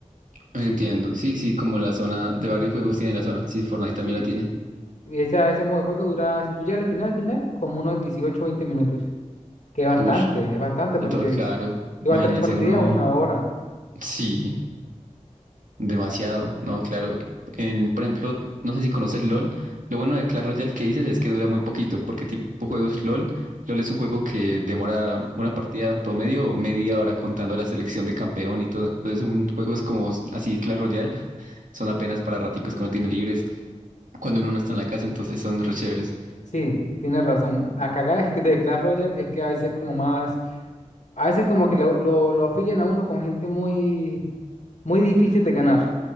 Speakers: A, on the right (about 85°); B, on the left (about 65°).
A: Entiendo.
B: Sí,
A: Sí, sí, como la zona de varios juegos tiene la zona. Sí, Fortnite también
B: sí.
A: la tiene.
B: Y esa- ese modo de juego dura, si tú llegas al final, final, como unos 18 o 20 minutos. Que es bastante,
A: Ush.
B: es bastante porque
A: Entonces, claro.
B: lleva
A: Imagínense
B: tres partidas,
A: uno.
B: una hora.
A: Sí. Demasiado, no, claro. En, por ejemplo, no sé si conoces LOL. Lo bueno de Clash Royale que dices es que dura muy poquito, porque tipo juegos LOL, LOL es un juego que demora una partida en promedio media hora contando la selección de campeón y todo. Entonces, un, juegos como s- así Clash Royale son apenas para raticos que uno tiene libres cuando uno no está en la casa, entonces son re chéveres.
B: Sí, tienes razón. La cagada es que de Clash Royale es que a veces como más, a veces como que lo, lo, lo afilian a uno con gente muy, muy difícil de ganar.